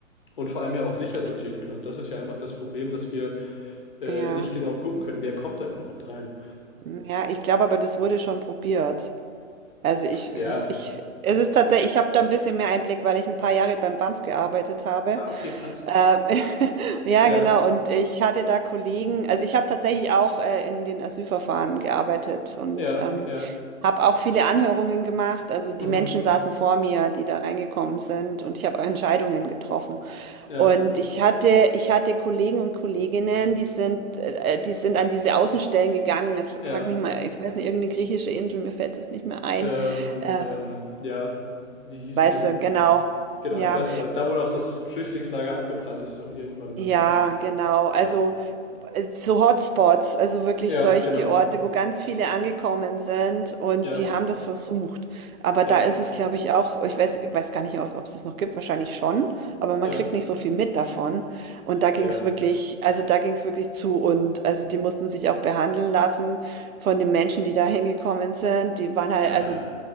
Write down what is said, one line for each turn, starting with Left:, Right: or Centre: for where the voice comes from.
Left: und vor allem ja auch sicher
Right: Das,
Left: sortieren können. Also das ist ja einfach das Problem, dass wir äh,
Right: ja,
Left: nicht genau gucken können, wer kommt da überhaupt rein.
Right: hm, ja. Ich glaube, aber das wurde schon probiert. Also ich,
Left: Ja.
Right: ich, es ist tatsächlich, ich habe da ein bisschen mehr Einblick, weil ich ein paar Jahre beim BAMF gearbeitet habe.
Left: Ah, okay, krass.
Right: Ähm, <laughs> ja,
Left: Ja,
Right: genau. Und ich hatte da Kollegen, also ich habe tatsächlich auch äh, in den Asylverfahren gearbeitet und
Left: ja,
Right: ähm,
Left: ja.
Right: habe auch viele Anhörungen gemacht. Also die
Left: Mhm.
Right: Menschen saßen vor mir, die da reingekommen sind und ich habe Entscheidungen getroffen.
Left: Ja,
Right: Und ich hatte, ich hatte Kollegen und Kolleginnen, die sind, äh, die sind an diese Außenstellen gegangen. Jetzt
Left: ja.
Right: frag mich mal, ich weiß nicht, irgendeine griechische Insel, mir fällt es nicht mehr ein.
Left: Ähm,
Right: Äh,
Left: ähm, ja. Wie hießen
Right: weißt
Left: sie nochmal?
Right: du, genau.
Left: Genau,
Right: Ja.
Left: ich weiß aber, da wurde auch das Flüchtlingslager abgebrannt ist doch irgendwann dann,
Right: Ja,
Left: oder nicht?
Right: genau. Also
Left: Ja.
Right: äh, so Hotspots, also wirklich
Left: Ja,
Right: solche
Left: genau.
Right: Orte, wo ganz viele angekommen sind und
Left: Ja,
Right: die haben das versucht. Aber
Left: ja,
Right: da ist es, glaube ich, auch, ich weiß, weiß gar nicht, ob es das noch gibt, wahrscheinlich schon, aber man
Left: ja,
Right: kriegt nicht so viel mit davon. Und da ging
Left: ja,
Right: es wirklich, also da ging es wirklich zu und also die mussten sich auch behandeln lassen von den Menschen, die da hingekommen sind. Die waren halt,
Left: ja.
Right: also